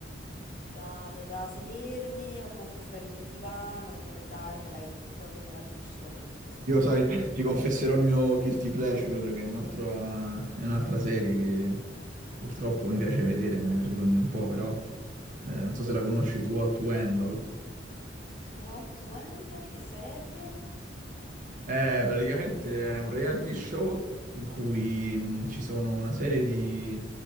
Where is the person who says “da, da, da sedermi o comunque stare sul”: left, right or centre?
Left